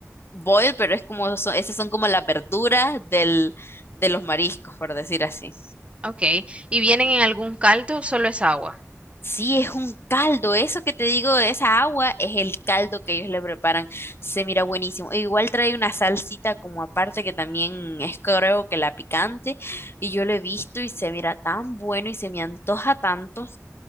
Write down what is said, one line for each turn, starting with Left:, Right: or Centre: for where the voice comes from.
Left: boil, pero es como, so- esas son como las verduras del, de los mariscos, por decir así.
Right: Ok. ¿Y vienen en algún caldo o solo es agua?
Left: Sí, es un caldo, eso que te digo esa agua es el caldo que ellos le preparan, se mira buenísimo. E igual trae una salsita como aparte que también es creo que la picante y yo lo he visto y se mira tan bueno y se me antoja tanto.